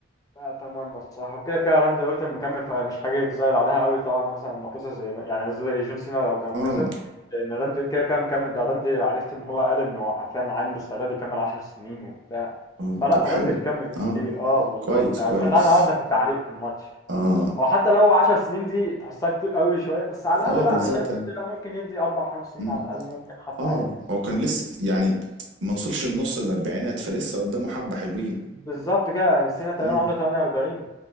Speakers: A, on the left; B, on the right.
A: لا، اتمنى الصراحه وكده كده راندي اورتن مكمل فمش حاجه يتزعل عليها قوي طبعا مثلا انه خسر زي ما- يعني زي جون سينا لو كان خسر
B: اه
A: لان راندي كده كده مكمل ده راندي عرفت ان هو قال انه حرفيا عنده استعداد يكمل 10 سنين وبتاع
B: آه،
A: فلا
B: طب حلو
A: راندي مكمل كتير
B: اه
A: اه بالظبط
B: كويس
A: انا
B: كويس
A: سمعتها النهارده في التعليق في الماتش
B: اه
A: هو حتى لو 10 سنين دي تحسها كتير قوي شويه بس على
B: اه
A: الاقل
B: بالظبط
A: لا انا شايف
B: يعني
A: إن لا ممكن يدي اربع خمس سنين
B: مم.
A: على الاقل ممكن حتى
B: اه
A: عادي يعني
B: هو كان لسه يعني ما وصلش النص الاربعينات فلسه قدامه حبة حلوين
A: بالظبط كده يعني سينا تقريبا
B: اه
A: عنده 48